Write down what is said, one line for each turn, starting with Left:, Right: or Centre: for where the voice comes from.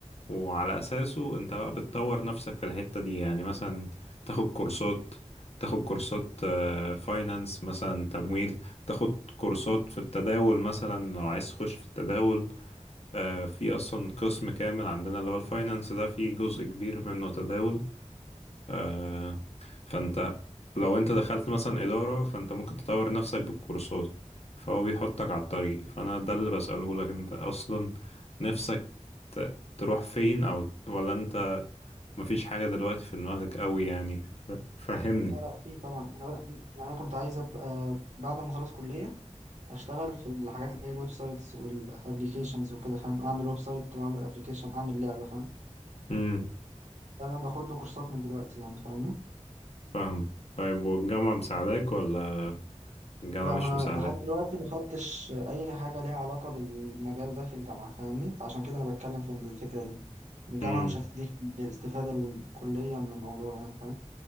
Left: وعلى أساسه أنت بقى بتطور نفسك في الحتة دي يعني مثلا تاخد كورسات تاخد كورسات فاينانس مثلا تمويل تاخد كورسات في التداول مثلا لو عايز تخش في التداول آه، في أصلا قسم كامل عندنا اللي هو الفاينانس ده فيه جزء كبير منه تداول آه، فانت لو انت دخلت مثلا إدارة فانت ممكن تطور نفسك بالكورسات فهو بيحطك على الطريق فانا ده اللي بسأله لك انت اصلا نفسك ت- تروح فين او ولا انت مفيش حاجة دلوقتي في دماغك قوي يعني ف- فهمني
Right: لا لا في طبعا انا بقى- يعني انا كنت عايز ابقى بعد ما اخلص كليه اشتغل في الحاجات اللي هي الويب سايتس والابليكيشنز وكده فاهم اعمل ويب سايت واعمل ابليكيشن اعمل لعبه فاهم
Left: امم
Right: انا باخد له كورسات من دلوقتي يعني فاهمني
Left: فاهم طيب والجامعة مساعداك ولا الجامعة
Right: لا
Left: مش
Right: ما انا
Left: مساعداك
Right: لحد دلوقتي ما خدتش اي حاجه ليها علاقه بالمجال ده في الجامعه فاهمني فعشان كده انا بتكلم في الفكره دي الجامعه
Left: امم
Right: مش هتديك استفاده الكليه من الموضوع يعني فاهم